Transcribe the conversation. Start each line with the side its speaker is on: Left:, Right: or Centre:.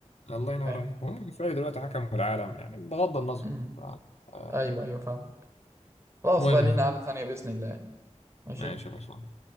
Left: الله ينور
Right: فاهم؟
Left: عليك هم شوية دلوقتي حكموا العالم يعني بغض النظر
Right: امم
Left: ف- آه،
Right: ايوه ايوه فاهم خلاص
Left: مهم
Right: بقى لينا قعدة تانية بإذن الله ماشي
Left: ماشي خلصان